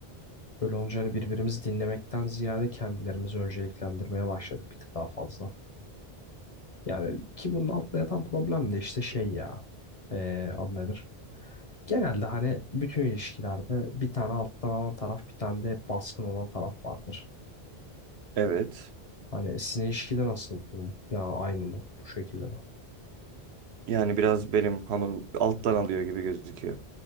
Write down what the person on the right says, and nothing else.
Evet.
Yani biraz benim hanım alttan alıyor gibi gözüküyor.